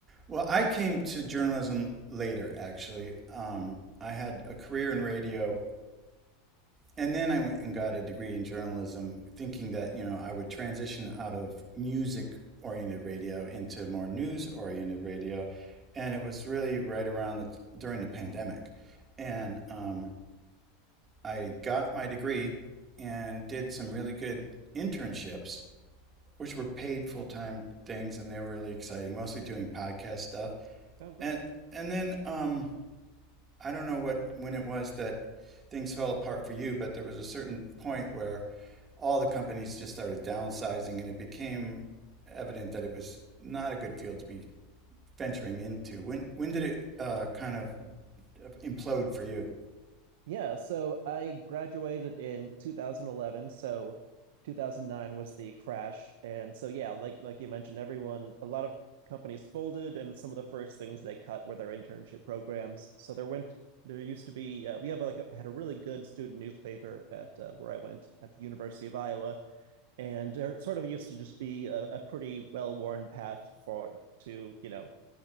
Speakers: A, on the right (about 25°); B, on the right (about 75°).
A: Well, I came to journalism later, actually. Um, I had a career in radio And then I went and got a degree in journalism, thinking that, you know, I would transition out of music oriented radio into more news oriented radio. And it was really right around the, during the pandemic. And um, I got my degree and did some really good internships, which were paid full time things. And they were really exciting, mostly doing podcast stuff.
B: Oh, great.
A: And, and then um, I don't know what when it was that things fell apart for you, but there was a certain point where all the companies just started downsizing, and it became evident that it was not a good field to be venturing into. When when did it uh, kind of implode for you?
B: Yeah, so I graduated in 2011, so 2009 was the crash. And so yeah, like like you mentioned, everyone, a lot of companies folded and some of the first things they cut were their internship programs. So there went there used to be uh, we have like a, had a really good student newspaper at uh, where I went at the University of Iowa and there sort of used to just be a, a pretty well-worn path for to, you know,